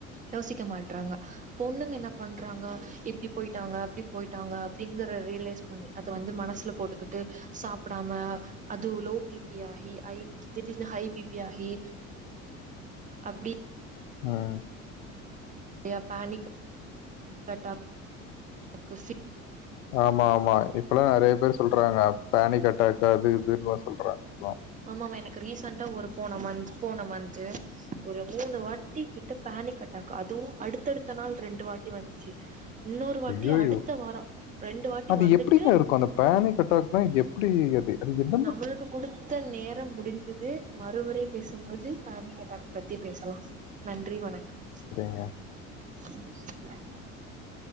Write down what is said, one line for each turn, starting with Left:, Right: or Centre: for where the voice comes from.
Right: யோசிக்க மாட்றாங்க பொண்ணுங்க என்ன பண்றாங்க இப்டி போயிட்டாங்க அப்டி போயிட்டாங்க அப்டிங்கற ரி ரியலைஸ் பண்ணி அத வந்து மனசுல போட்டுக்கிட்டு சாப் புடாம அது லோ பி பி ஆகி ஹைய் திடிர்ன்னு ஹைய் பி பி ஆகி அப்டி
Left: ம்
Right: ய பேனிக் ஹட்டாவ் <inaudible>
Left: ஆமா ஆமா இப்பல்லா நறைய பேரு சொல்றாங்க பேனிக் அட்டாக் கு அது இதுன்லா சொல்றாங்ல
Right: ஆமாமா எனக்கு ரீசண்டா ஒரு போன மந்த் போன மந்த் ஒரு மூணு வட்டி கிட்ட பேனிக் அட்டா அதுவு அடுத்தடுத்த நாள் ரெண்டு வாட்டி வந்துச்சு இன்னொரு வாட்டி
Left: அய்யயோ
Right: அடுத்த வாரோ ரெண்டு வாட்டி
Left: அது
Right: வந்துட்
Left: எப்டிங்க இருக்கு அந்த பேனிக் அட்டாக்னா எப்பிடி அது அது என்
Right: நம்மளுக்கு குடுத்த நேரம் முடிஞ்சுது மறுபடி பேசும்போது <unintelligible> பத்தி அப்பின்னு சொாம் நன்றி வணக்கம்
Left: அ
Right: ச